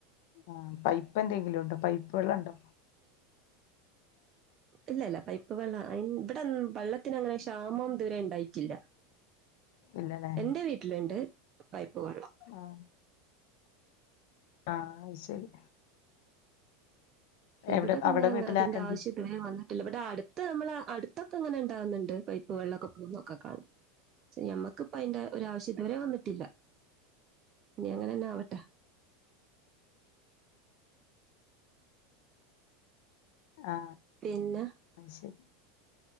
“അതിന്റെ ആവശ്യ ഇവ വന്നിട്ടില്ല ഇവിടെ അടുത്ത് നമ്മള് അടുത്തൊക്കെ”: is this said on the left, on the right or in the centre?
Right